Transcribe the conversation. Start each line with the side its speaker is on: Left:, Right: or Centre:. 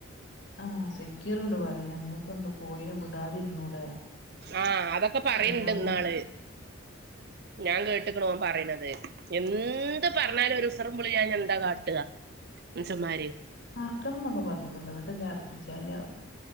Left: ആഹ് സെക്യൂർണ്ട് പറിന് ങ്ങക്കന്താ പോയിന് വിടാതിരുന്നൂടെ
Right: ആഹ് അതൊക്കെ പറയണ്ട്
Left: വിടാതി
Right: ഇന്നാള് ഞാൻ കേട്ടിക്കണ് ഓന് പറയണുന്നത് എന്ത് പറഞ്ഞാലും ഒരുസറം പളില്ലാഞ്ഞന്താ കാട്ട മൻസ്സമാര്
Left: ആർക്കണംന്നൊക്കെ പറഞ്ഞുന്നല്ല എന്നിട്ടല്ലേ അർപ്പിച്ച ഞാ